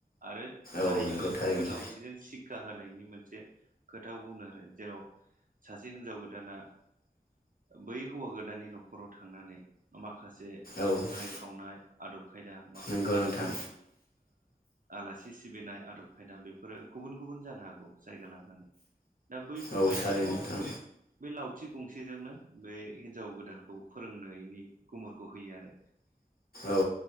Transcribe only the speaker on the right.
आरो जायफोरखौ
बे लावथिजों सि- खा होनायनि मोनसे खोथा बुंदों आरो जेराव सासे हिनजाव गोदाना बै हौवा गोदाननि न'खराव थांनानै माखासे
संनाय
खावनाय आदब खायदा माखासे
आलासि सिबिनाय आदब खायदा बेफोरो गुबुन गुबुन जानो हागौ जायगा लानानै। दा बैफोरबायदिखौ
बे लाव- थिग गंसेजोंनो बे हिनजाव गोदानखौ फोरोंनायनि गुमुरखौ होयो आरो।